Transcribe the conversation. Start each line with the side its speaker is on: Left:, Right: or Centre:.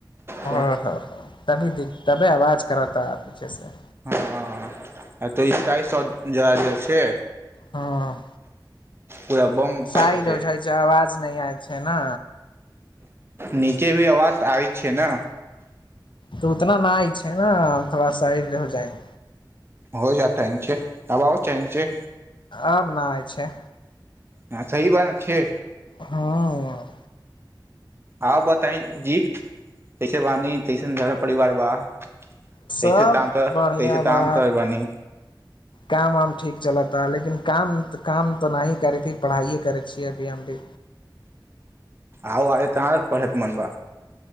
Right: तो
Left: ह ह ती द ती आवाज कराता ह पीछे से
Right: हँ तऽ ईटाइ स जरा जे छै
Left: हँ
Right: पूरा बम
Left: साइडो
Right: फूटे
Left: हो जाय छै अवाज नहि आय छै ने
Right: नीचे भी अवाज आब छै ने
Left: तऽ उतना न इ छै ने थोड़ा साइड हो जाए
Right: हो जात छै आब आ छै छै
Left: आब ना आय छै
Right: हँ सह बात छै
Left: हँ
Right: आ बतइ जी तैस बणी तैसरा परिवार बा
Left: सब
Right: तैसे ताम त
Left: बढ़िआ
Right: तैसे
Left: बा
Right: ताम तर बानी
Left: काम वाम ठीक चलता लेकिन काम काम तऽ नहि ही करै छी पढ़ाइयए करै छियै अभी हम भी
Right: आउ आगे तहाँ पढ़ेके मनबा